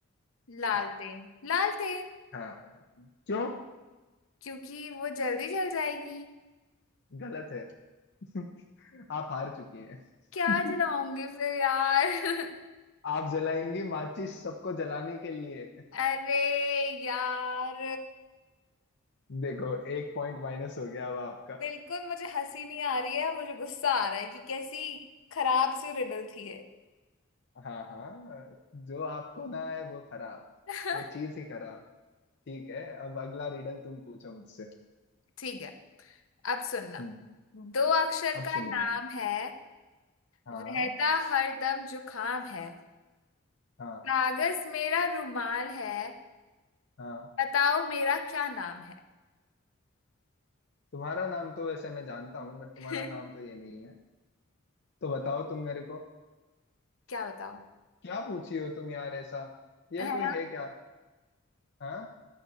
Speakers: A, on the left; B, on the left.
A: लालटेन
B: हाँ
A: लालटेन
B: हाँ क्यों
A: क्योंकि वो जल्दी जल जाएगी
B: गलत है <laughs> आप हार चुकी हैं
A: क्या
B: <laughs>
A: जलाऊंगी फिर यार <laughs>
B: आप जलाएंगी माचिस सबको जलाने के लिए
A: अरे यार
B: देखो एक पॉइंट माइनस हो गया अब आपका
A: बिल्कुल मुझे हंसी नहीं आ रही है मुझे गुस्सा आ रहा है कि कैसी खराब सी रिडल थी ये
B: हाँ हाँ जो आपको ना आए वो खराब
A: <laughs>
B: वो चीज ही खराब ठीक है अब अगला रिडल तुम पूछो मुझसे
A: ठीक है अब सुनना
B: हम्म
A: दो अक्षर
B: अब
A: का
B: सुनूंगा
A: नाम है
B: हाँ
A: रहता हर दम जुकाम है
B: हाँ
A: कागज मेरा रुमाल है
B: हाँ
A: बताओ मेरा क्या नाम है
B: तुम्हारा नाम तो वैसे मैं जानता हूँ बट तुम्हारा
A: <laughs>
B: नाम तो ये नहीं है तो बताओ तुम मेरे को
A: क्या बताओ
B: क्या पूछी हो तुम यार ऐसा ये
A: है
B: कोई
A: ना
B: है क्या हाँ